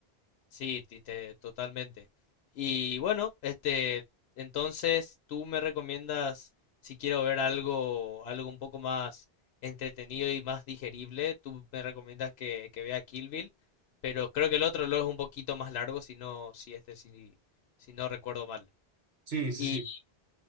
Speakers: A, on the left; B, on the right.
A: Sí, ti- te- totalmente. Y bueno, este, entonces tú me recomiendas si quiero ver algo, algo un poco más entretenido y más digerible, tú me recomiendas que, que vea Kill Bill, pero creo que el otro lo es un poquito más largo, si no, si este, si, si no recuerdo mal.
B: Sí, sí,
A: Y
B: sí.